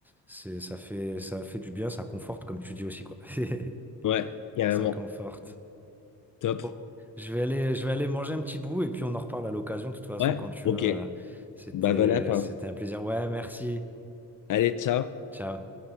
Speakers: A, in the centre; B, on the left (about 50°).
A: c'est, ça fait, ça fait du bien, ça conforte, comme tu dis aussi, quoi. <laughs>
B: Ouais, carrément.
A: Ça conforte.
B: Top.
A: Bon, je vais aller, je vais aller manger un petit bout et puis on en reparle à l'occasion. De toute façon,
B: Ouais,
A: quand tu
B: ok.
A: veux, euh, c'était,
B: Bah, bon app. hein.
A: c'était un plaisir. Ouais, merci.
B: Allez, ciao.
A: Ciao.